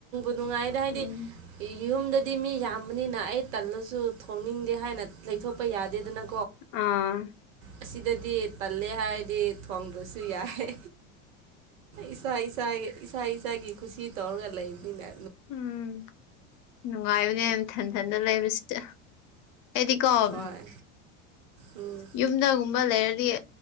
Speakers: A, on the right; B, on the left.
A: ꯅꯨꯡꯉꯥꯏꯗ ꯍꯥꯏꯗꯤ
B: ꯎꯝ
A: ꯌꯨꯝꯗ ꯗꯤ ꯃꯤ ꯌꯥꯝꯕꯅꯤꯅ ꯑꯩ ꯇꯜꯂꯁꯨ ꯊꯣꯡꯅꯤꯡꯗꯦ ꯍꯥꯏꯅ ꯂꯩꯊꯣꯛꯄ ꯌꯥꯗꯦꯗꯅ
B: ꯑꯥ
A: ꯑꯁꯤꯗꯗꯤ ꯇꯜꯂꯦ ꯍꯥꯏꯔꯗꯤ ꯊꯣꯡꯗ꯭ꯔꯁꯨ ꯌꯥꯏ ꯏꯁꯥ ꯏꯁꯥꯒꯤ ꯏꯁꯥ ꯏꯁꯥꯒꯤ ꯈꯨꯁꯤ ꯇꯧꯔꯒ ꯂꯩꯃꯤꯅ
B: ꯎꯝ ꯅꯨꯡꯉꯥꯏꯕꯅꯦ ꯏꯊꯟ ꯊꯟꯇ ꯂꯩꯕꯁꯤꯗ ꯍꯥꯏꯗꯤꯀꯣ ꯎ
A: ꯍꯣꯏ ꯎꯝ
B: ꯌꯨꯝꯗ ꯨꯝꯕ ꯂꯩꯔꯗꯤ